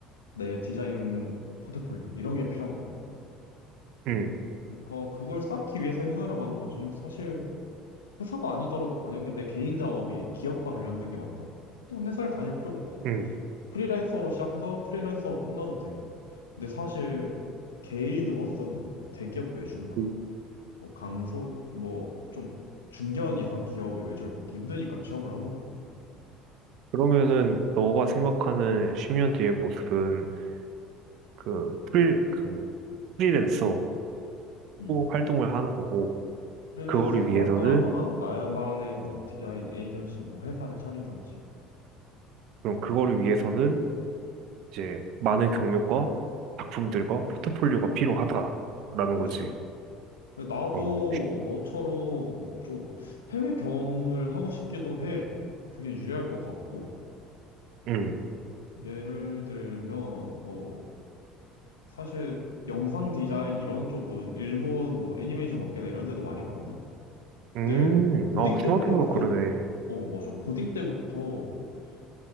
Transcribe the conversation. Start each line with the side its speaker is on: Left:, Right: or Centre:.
Left: 내 디자인 포트폴리오 이런 게 필요한 거거든.
Right: 응
Left: 그러니까 그걸 쌓기 위해서 회사를 가는 거지. 사실 회사가 아니더라도 만약에 내 개인 작업이 기업과 관련된 게 많다? 또 회사를 다닐 필요가 없어.
Right: 응
Left: 프리랜서로 시작해서 프리랜서로 끝나도 돼. 근데 사실 개인으로서는 뭐 대기업 외주나
Right: 그-
Left: 뭐 강소 뭐 좀 중견 이상 기업의 외주를 받기 힘드니까 취업을 하는 거고.
Right: 러면은 너가 생각하는 10년 뒤의 모습은, 그, 프리, 그, 프리랜서로
Left: 음.
Right: 활동을 하는 거고,
Left: 프리랜서로
Right: 그거를 위해서는,
Left: 활동하거나 나만의 뭐 디자인 에이전시 뭐 회사를 차리던지.
Right: 그럼 그거를 위해서는, 이제, 많은 경력과 작품들과 포트폴리오가 필요하다라는
Left: 그지.
Right: 거지.
Left: 근데 나도
Right: 음,
Left: 너처럼 좀 해외 경험을 하고 싶기도 해. 그게 유리할 것 같고.
Right: 음,
Left: 예를 들면 뭐 사실 영상 디자인 이런 쪽은 일본 뭐 애니메이션 업계나 이런 데도 많이 가거든.
Right: 음,
Left: 근데 고딩
Right: 아,
Left: 때부터
Right: 생각해보니까
Left: 그게
Right: 그러네.
Left: 어 맞아 고딩 때부터 어,